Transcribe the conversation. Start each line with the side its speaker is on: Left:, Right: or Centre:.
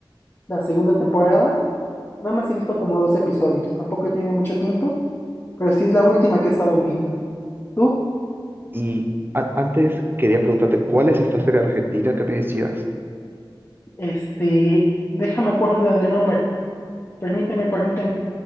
Left: la segunda temporada, nada más he visto como dos episodios, tampoco he tenido mucho tiempo, pero sí es la última que he estado viendo. ¿Tú?
Right: Y a- antes quería preguntarte, ¿cuál es esta serie argentina que me decías?
Left: Este, déjame acuerdo del nombre. Permíteme, permíteme.